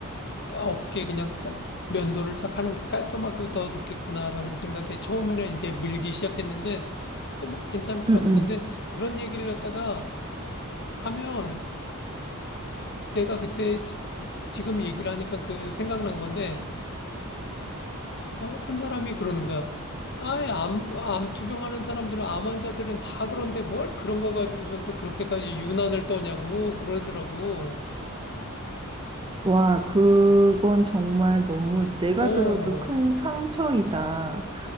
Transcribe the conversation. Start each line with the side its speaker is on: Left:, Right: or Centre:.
Left: 없게 그냥 싹 면도를 싹 하는 게 깔끔하고 더 좋겠구나라는 생각에 처음에는 이제 밀기 시작했는데 근데 뭐 괜찮더라고.
Right: 응, 응.
Left: 근데 그런 얘기를 갖다가 하면 내가 그때 지, 금 얘기를 하니까 그 생각난 건데 어, 한 사람이 그러는 거야. 아이, 암, 암 투병하는 사람들은 암 환자들은 다 그런데 뭘 그런 거 가지고선 또 그렇게까지 유난을 떠냐고 그러더라고.
Right: 와, 그건 정말 너무 내가
Left: 어.
Right: 들어도 큰 상처이다.